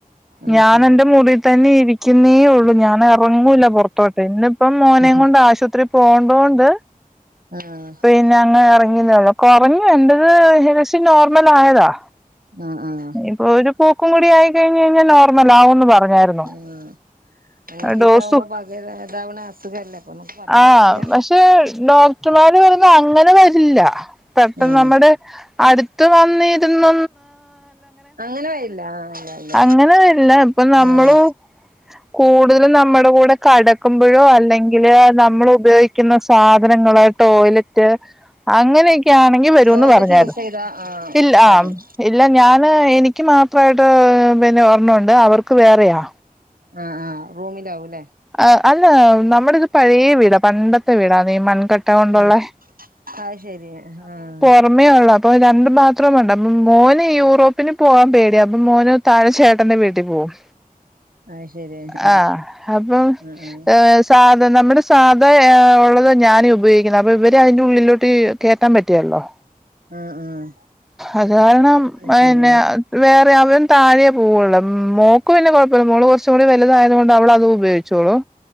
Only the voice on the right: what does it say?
ആഹ്
ശരി
ആഹ്
ആഹ്
ആഹ് ആഹ്
ഉം മഞ്ഞപ്പീത്താവുമ്പോ
പകരതാവണ അസുഖല്ലേ അപ്പൊ നമുക്ക് പറയാൻ
പറ്റില്ല
ഉം
അങ്ങനെ വരില്ല ആഹ് ഇല്ല ഇല്ല
ഉം
ടോയ്ലറ്റ്
യൂസ് ചെയ്താ ആഹ്
വരും
ആഹ്ആഹ് റൂമില് ആവും ലെ
ആഹ് ആ് യ്ശരി ആഹ്
അത് ശരി ആഹ്
ആഹ്
ആഹ് ആഹ്
അത്
ശരി ആഹ്